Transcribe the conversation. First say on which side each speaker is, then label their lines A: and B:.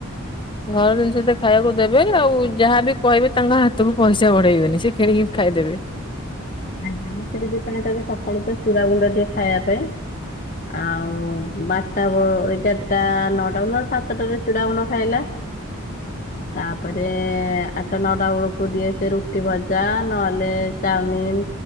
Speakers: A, on the left; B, on the left.
A: ଘର ଜିନିଷ
B: ଯେହେତୁ
A: ହେତେ ଖାଇବାକୁ ଦେବେନି ଆଉ। ଯାହାବି କହିବେ ତାଙ୍କ ହାତକୁ ପଇସା ବଢେଇବେନି ସେ କି ଣିକି ଖାଇଦେବେ।
B: ଆଜ୍ଞା ମୁଁ ସେଇଥିପାଇଁ ତାକୁ ସକାଳୁ ତ ଚୂୁଡା ଗୁଣ୍ଡ ଦିଏ ଖାଇବା ପାଇଁ। ଆଉ ବାରଟା ବ ଏଗାରଟା ନଅଟା ସୁଦ୍ଧା ସାତଟାରେ ଚୁଡା ଗୁଣ୍ଡ ଖାଇଲା। <inaudible> ତାପରେ ଆଟା ନଟା ବେଳକୁ ଦିଏ ସେ ରୁଟି ଭଜା ନହେଲେ ଚାଓମିିନ୍।